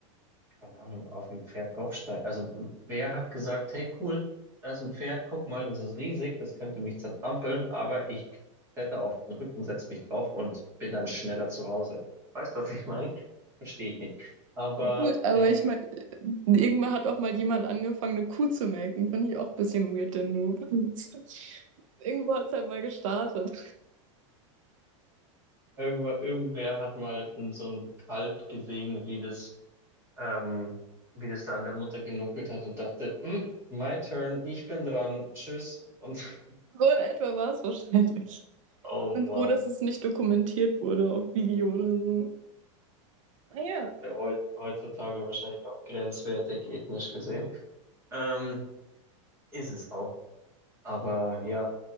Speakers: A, on the right; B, on the right.
A: keine Ahnung, auf ein Pferd draufsteigen. Also wer hat gesagt, hey cool, da ist ein Pferd, guck mal, das ist riesig, das könnte mich zertrampeln, aber ich kletter auf den Rücken, setze mich drauf und bin dann schneller zu Hause. Weißt du, was ich meine? Verstehe ich nicht. Aber
B: ja gut, aber
A: ähm,
B: ich meine, irgendwann hat auch mal jemand angefangen, eine Kuh zu melken. Finde ich auch ein bisschen weird, den Move. <laughs> Irgendwo hat es halt mal gestartet.
A: irgendwer, irgendwer hat mal n- so ein Kalb gesehen, wie das, ähm, wie das da an der Mutter genuckelt hat und dachte, "Mm, my turn, ich bin dran, tschüss. Und
B: So in etwa war es wahrscheinlich.
A: <laughs> oh Mann.
B: Bin froh, dass es nicht dokumentiert wurde auf Video oder so. Naja,
A: ja heut, heutzutage wahrscheinlich auch grenzwertig ethnisch gesehen. Ähm, ist es auch. Aber ja,